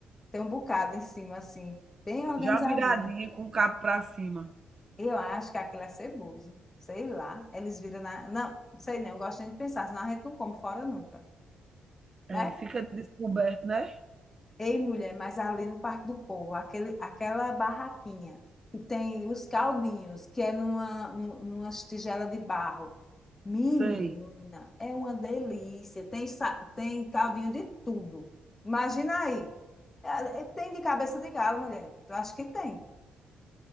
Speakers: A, on the left; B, on the right.
A: Tem um bocado em cima, assim, bem organizadinha.
B: Já viradinha com o cabo pra cima.
A: Eu acho que aquilo é ceboso. Sei lá. Eles viram na. Não, sei não, eu gosto nem de pensar, senão a gente não come fora nunca,
B: É,
A: né?
B: fica descoberto, né.
A: Ei, mulher, mas ali no Parque do Povo, aquele, aquela barraquinha que tem os caldinhos, que é numa, nu- numa tigela de barro. Menina,
B: Sei.
A: é uma delícia. Tem, sa- tem caldinho de tudo. Imagina aí. É, é, Tem de cabeça de galo, mulher. Eu acho que tem.